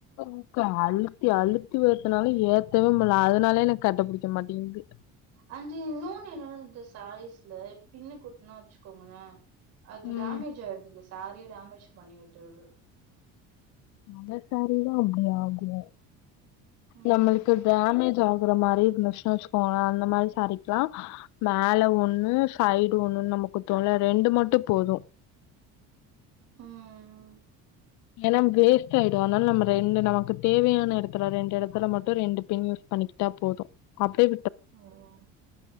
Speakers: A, on the left; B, on the right.
A: ஊக்கு அழுத்தி அழுத்தி வேத்னாலு ஏத்தவே முல்ல அதனாலே எனக் கட்ட புடிக்க மாட்டிங்குது
B: ஆன்டு இன்னோனு என்னனா இந்த சாரீஸ்ல பின்னு குத்னா வச்சிக்கோங்களே அது
A: ம்
B: டேமேஜ் ஆய்டுது சேரியே டமேஜ் பண்ணி விட்டுருது
A: நல்ல சாரிலா அப்படி ஆகும்
B: ம்.
A: நம்மளுக்கு டாமேஜ் ஆகு ஒரு மாரி இருந்துச்சுனு வச்சுக்கோங்களன் அந்த மாதிரி சரிக்கலா மேல ஒண்ணு சைடு ஒண்ணுன்னு நம குத்துவோல ரெண்டு மட்டும் போதும்
B: ம்.
A: ஏனா வேஸ்ட் ஆயிடும் அதனால நம்ம ரெண்டு நமக்கு தேவையான இடத்துல ரெண்டு இடத்துல மட்டும் ரெண்டு பின் யூஸ் பண்ணிக்கிட்டா போதும் அப்படியே
B: உம்